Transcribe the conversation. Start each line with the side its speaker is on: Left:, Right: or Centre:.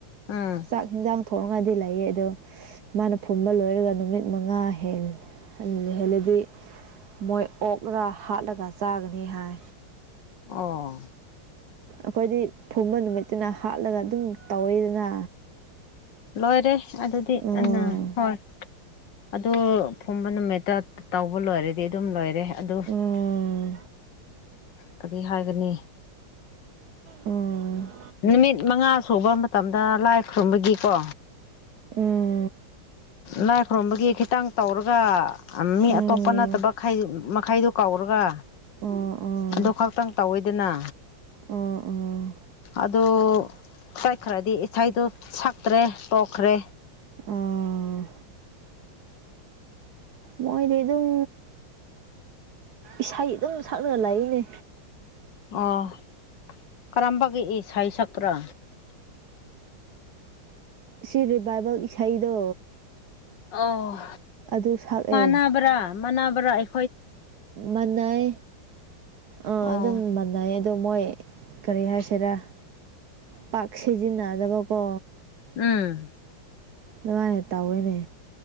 Left: ꯎꯝ
Right: ꯆꯥꯛ ꯌꯦꯟꯖꯥꯡ ꯊꯣꯡꯔꯒꯗꯤ ꯂꯩꯌ‌ꯦ ꯑꯗꯣ ꯃꯥꯅ ꯐꯨꯝꯕ ꯂꯣꯏꯔꯒ ꯅꯨꯃꯤꯠ ꯃꯉꯥ ꯍ‌ꯦꯜ ꯍꯦ ꯂꯩꯍꯜꯂꯗꯤ ꯃꯣꯏ ꯑꯣꯛꯂ ꯍꯥꯠꯂꯒ ꯆꯥꯒꯅꯤ ꯍꯥꯏ
Left: ꯑꯣ
Right: ꯑꯩꯈꯣꯏꯗꯤ ꯐꯨꯝꯕ ꯅꯨꯃꯤꯠꯇꯅ ꯍꯥꯠꯂꯒ ꯑꯗꯨꯝ ꯇꯧꯋꯤꯗꯅ
Left: ꯂꯣꯏꯔꯦ ꯑꯗꯨꯗꯤ
Right: ꯎꯝ
Left: ꯑ ꯍꯣꯏ ꯑꯗꯨ ꯐꯨꯝꯕ ꯅꯨꯃꯤꯠꯇ ꯇꯧꯕ ꯂꯣꯏꯔꯦ ꯗꯤ ꯑꯗꯨꯝ ꯂꯣꯏꯔꯦ ꯑꯗꯨ
Right: ꯎꯝ
Left: ꯀꯔꯤ ꯍꯥꯏꯒꯅꯤ
Right: ꯎꯝ
Left: ꯅꯨꯃꯤꯠ ꯃꯉꯥ ꯁꯨꯕ ꯃꯇꯝꯗ ꯂꯥꯏ ꯈꯨꯔꯨꯝꯕꯒꯤꯀꯣ
Right: ꯎꯝ
Left: ꯂꯥꯏ ꯈꯨꯔꯨꯝꯕꯒꯤ ꯈꯤꯇꯪ ꯇꯧꯔꯒ ꯃꯤ
Right: ꯎꯝ
Left: ꯑꯇꯣꯞꯄ ꯅꯠꯇꯕ ꯃꯈꯗꯨ ꯃꯈꯥꯏꯗꯨꯣ ꯀꯧꯔꯒ
Right: ꯎꯝ ꯎꯝ
Left: ꯑꯗꯨ ꯈꯛꯇꯪ ꯇꯧꯋꯏꯗꯅ
Right: ꯎꯝ ꯎꯝ
Left: ꯑꯗꯨ ꯆꯛꯈ꯭ꯔꯗꯤ ꯏꯁꯩꯗꯣ ꯁꯛꯇ꯭ꯔꯦ ꯇꯣꯛꯈ꯭ꯔꯦ
Right: ꯑꯥ ꯃꯣꯏꯗꯤ ꯑꯗꯨꯝ ꯏꯁꯩ ꯑꯗꯨꯝ ꯁꯛꯂꯒ ꯂꯥꯛꯏꯅꯦ
Left: ꯑꯣ ꯀꯔꯝꯕꯒꯏ ꯁꯥꯏ ꯁꯛꯄ꯭ꯔꯣ
Right: ꯁꯤ ꯔꯤ ꯕꯥꯏꯕꯜ ꯏꯁꯩꯗꯣ
Left: ꯑꯣ
Right: ꯑꯗꯨ ꯁꯛꯑꯦ
Left: ꯃꯕ꯭ꯔꯥ ꯃꯅꯥꯕ꯭ꯔꯥ ꯑꯩ
Right: ꯃꯥꯟꯅꯩ ꯑ
Left: ꯑꯣ
Right: ꯑꯗꯨꯝ ꯃꯥꯟꯅꯩ ꯑꯗꯣ ꯃꯣꯏ ꯀꯔꯤ ꯍꯥꯏꯁꯤꯔꯥ ꯄꯥꯛ ꯁꯤꯖꯤꯟꯅꯗꯕꯀꯣ
Left: ꯎꯝ
Right: ꯅꯨꯡꯉꯥꯏꯅꯦ ꯇꯧꯋꯦꯅꯦ